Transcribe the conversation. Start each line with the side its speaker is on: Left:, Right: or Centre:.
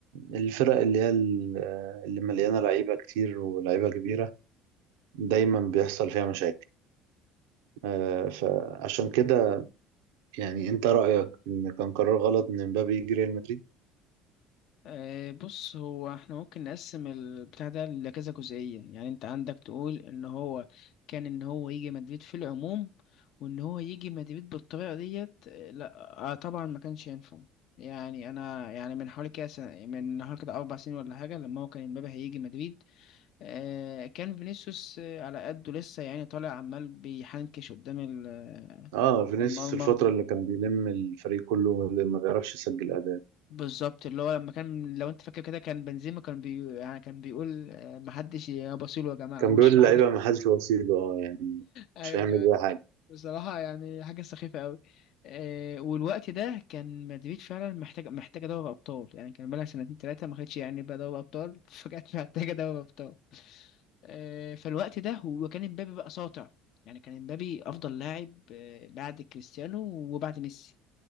Right: الفرق اللي هي ال- اللي مليانه لعيبه كتير ولعيبه كبيره دايما بيحصل فيها مشاكل آه فعشان كده يعني انت رايك ان كان قرار غلط ان مبابي يجي ريال مدريد
Left: آه، بص هو احنا ممكن نقسم البتاع ده لكذا جزئية يعني انت عندك تقول ان هو كان ان هو يجي مدريد في العموم وان هو يجي مدريد بالطريقة ديت آه، لا آه، طبعا ما كانش ينفع يعني انا يعني من حوالي كده سنة من حوالي كده اربع سنين ولا حاجة لما هو كان امبابي هيجي مدريد آه، كان فينيسيوس آه، على قده لسه يعني طالع عمال بيحنكش قدام ال-
Right: اه فينيسيوس
Left: المرمى
Right: الفتره اللي كان بيلم الفريق كله اللي ما بيعرفش يسجل اداء
Left: بالظبط اللي هو لما كان لو انت فاكر كده كان بنزيما كان بي يعني كان بيقول آه، محدش يبصيله يا جماعه
Right: كان
Left: هو مش
Right: بيقول للعيبه
Left: معانا <laughs>
Right: ما حدش وسيله اه يعني
Left: ايوه
Right: مش هيعمل
Left: يعني
Right: بيها حاجه
Left: بصراحه يعني حاجه سخيفه قوي آه، والوقت ده كان مدريد فعلا محتاج محتاجه دوري ابطال يعني كان بقالها سنتين ثلاثه ما خدتش يعني بقى دوري ابطال <laughs> فجأة محتاجه دوري ابطال آه، فالوقت ده هو كان امبابي بقى ساطع يعني كان امبابي افضل لاعب آه، بعد كريستيانو وبعد ميسي